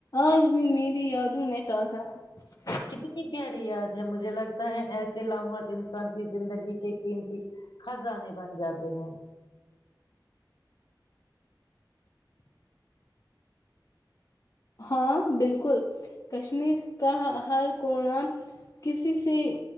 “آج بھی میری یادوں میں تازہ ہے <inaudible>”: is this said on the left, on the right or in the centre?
Left